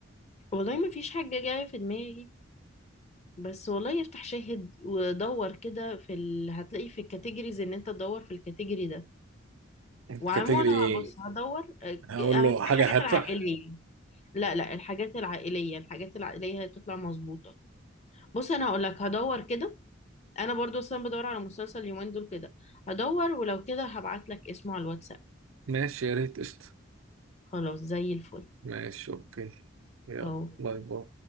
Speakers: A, on the left; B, on the right.
A: والله ما فيش حاجة جاية في دماغي بس والله افتح شاهد ودور كده في ال... هتلاقي في الكاتيجوريز إن أنت تدور في الكاتيجوري ده
B: أنت
A: وعموما
B: كاتجري
A: أنا
B: إيه؟
A: هبص هدور أه،
B: هقول
A: هتلاقي
B: له حاجة
A: الحاجات
B: هادفة
A: العائلية لا لا الحاجات العائلية الحاجات العائلية هتطلع مظبوطة بص أنا هقولك هدور كده انا برضو اصلا بدور على مسلسل اليومين دول كده هدور ولو كده هبعت لك اسمه على الواتساب
B: ماشي يا ريت قشطة
A: خلاص زي الفل
B: ماشي أوكي يلا
A: اهو
B: باي باي